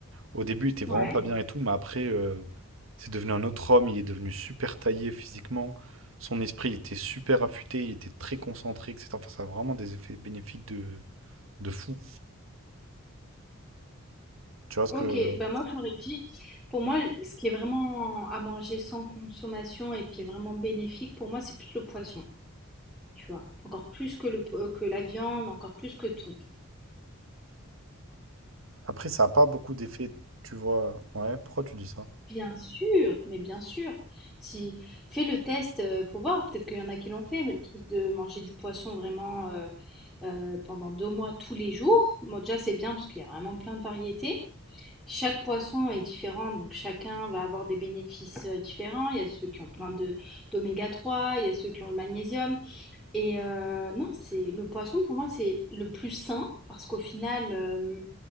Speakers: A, on the right; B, in the centre.
A: Au début, il était vraiment
B: Ouais.
A: pas bien et tout, mais après, euh, c'est devenu un autre homme. Il est devenu super taillé physiquement. Son esprit il était super affûté, il était très concentré, etc. Enfin, ça a vraiment des effets bénéfiques de, de fou. Tu vois ce
B: OK,
A: que.
B: bah moi j'aurais dit pour moi ce qui est vraiment à manger sans consommation et qui est vraiment bénéfique pour moi c'est plus le poisson, tu vois. Encore plus que le po- que la viande, encore plus que tout.
A: Après, ça a pas beaucoup d'effets, tu vois. Ouais, pourquoi tu dis ça?
B: Bien sûr, mais bien sûr. Si fais le test, euh, faut voir. Peut-être qu'il y en a qui l'ont fait, mais le truc de manger du poisson vraiment euh, euh, pendant deux mois tous les jours, bon, déjà c'est bien parce qu'il y a vraiment plein de variétés. Chaque poisson est différent, donc chacun va avoir des bénéfices euh, différents. Il y a ceux qui ont plein de d'oméga trois, il y a ceux qui ont le magnésium. Et euh, non, c'est le poisson pour moi c'est le plus sain parce qu'au final euh,